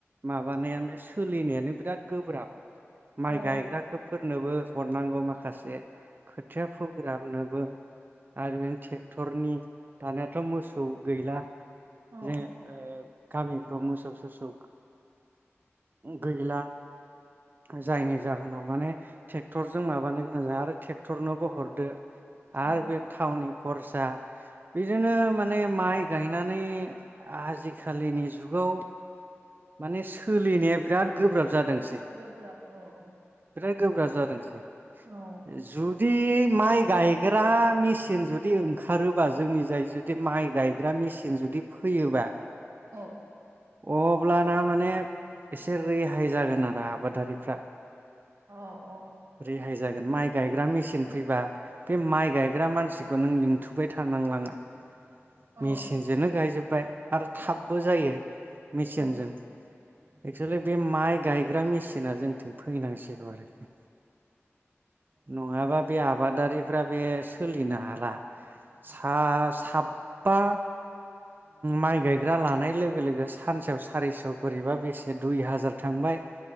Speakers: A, on the right (about 40°); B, on the right (about 85°).
A: माबानायानो सोलिनायानो बिराद गोब्राब माइ
B: औ अ
A: गायग्राखोफोर नोबो हरनांगौ माखासे खोथिया फोग्राबनो बो आरो नों टेक्टरनि दानियााथ' मोसौ गैला
B: औ
A: ओ गामि मोसौ थोसौ गैला जायनि जाहोनाव माने टेक्टरजों माबानो गोनां जा आरो टेक्टरनोबो हरदो आरो
B: औ
A: बे थावनि खरसा बिदिनो माने माइ गायनानै आजिखालिनि जुगाव माने सोलिनाया बिराद गोब्राब जादोंसै
B: गोब्राब औ औ
A: बिराद गोब्राब जादोंसै
B: औ
A: जुद दि माइ गायग्रा मेचिन जुदि ओंखारोबा जोंनि जाय जुदि माइ गायग्रा मेचिन जुदि फैयोबा
B: औ
A: अ अब्लाना माने एसे रेहाय जागोन आरो आबादारिफ्रा
B: अ औ
A: रेहाय जागोन माइ गायग्रा मेसिन फैबा बे माइ गायग्रा मानसिखौ नों लिंथुबाय थानांलांना मेचिनजोंनो
B: औ
A: गायजोबबाय आरो थाबबो जायो मेसेन
B: औ
A: केनजों एक्सवलि बे माइ गायग्रा मेसिना जोंथिं फैनांसिगौ आरोखि। नङाबा बे आबादारिफोरा बे सोलिनो हाला सा साबबा माइ गायग्रा लानाय लोगो लोगो सानसेयाव सारिस' खरिबा बेसे दुइ हाजार थांबाय